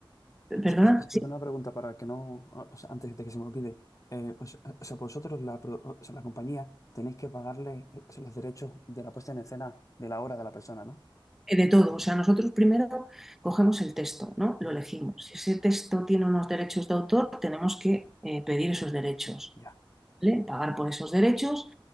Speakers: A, in the centre; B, on the left (about 40°).
A: perdona,
B: Sí, sí, sí,
A: sí,
B: Una pregunta para que no, o sea, antes de que se me olvide. Eh, o sea, o sea, vosotros, la, pro- o sea, la compañía, tenéis que pagarle eh, los derechos de la puesta en escena de la obra de la persona, ¿no?
A: eh, de todo, o sea, nosotros primero cogemos el texto, ¿no?
B: Ujú.
A: Lo elegimos. Si ese texto tiene unos derechos de autor, tenemos que eh, pedir esos derechos,
B: Ya,
A: ¿vale? Pagar por esos derechos.